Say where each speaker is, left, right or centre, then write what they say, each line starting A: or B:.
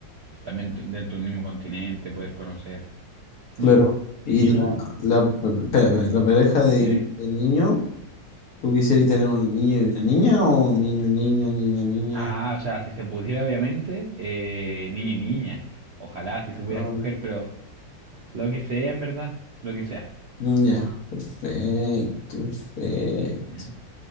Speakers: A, on the right (about 75°); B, on the left (about 55°).
A: también t- dentro del mismo continente, poder conocer. Y
B: claro.
A: eso.
B: Y
A: ¿Y
B: la,
A: tú?
B: la, espérame, la pareja de,
A: Sí, sí.
B: de niño. ¿Tú quisieras tener un niño y una niña o un niño, niño, niña, niña?
A: Ah, o sea, si se pudiera, obviamente, eh, niño y niña. Ojalá, si se pudiera
B: Ah,
A: escoger, pero lo que sea, en verdad, lo que sea.
B: mm, ya, perfecto, perfecto.
A: Ujú.